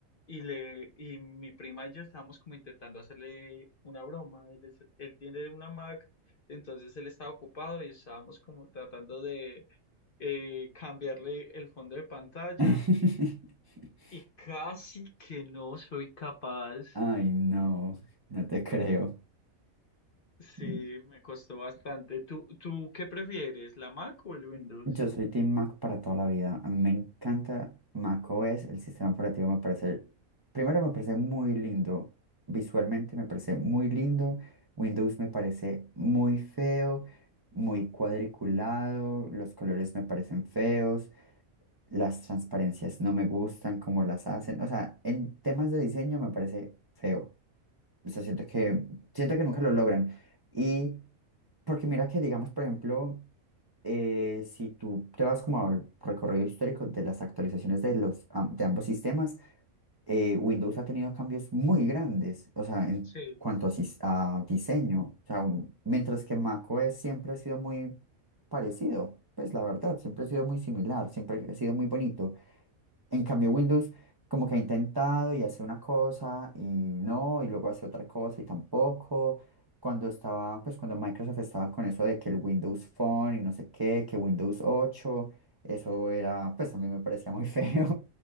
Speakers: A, on the left; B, on the right.
A: y, le, y mi prima y yo estábamos como intentando hacerle una broma. Él, es- él tiene una Mac, entonces él estaba ocupado y estábamos como tratando de eh, cambiarle el fondo de pantalla.
B: <laughs>
A: Y casi que no soy capaz.
B: Ay, no, no te creo.
A: Sí,
B: Mm,
A: me costó bastante. ¿Tú, tú qué prefieres, la Mac o el Windows?
B: Yo soy Team Mac para toda la vida. A mí me encanta Mac macOS, el sistema operativo me parece, primero me parece muy lindo, visualmente me parece muy lindo, Windows me parece muy feo, muy cuadriculado, los colores me parecen feos. Las transparencias no me gustan como las hacen. O sea, en temas de diseño me parece feo. O sea, siento que, siento que nunca lo logran. Y porque mira que, digamos, por ejemplo, eh, si tú te vas como al recorrido histórico de las actualizaciones de los, am- de ambos sistemas, eh, Windows ha tenido cambios muy grandes. O sea, en
A: Sí.
B: cuanto a, sis- a diseño. O sea, un- mientras que macOS siempre ha sido muy parecido. Pues la verdad, siempre ha sido muy similar, siempre ha sido muy bonito. En cambio, Windows como que ha intentado y hace una cosa y no, y luego hace otra cosa y tampoco. Cuando estaba, pues cuando Microsoft estaba con eso de que el Windows Phone y no sé qué, que Windows 8 eso era, pues a mí me parecía muy <laughs> feo,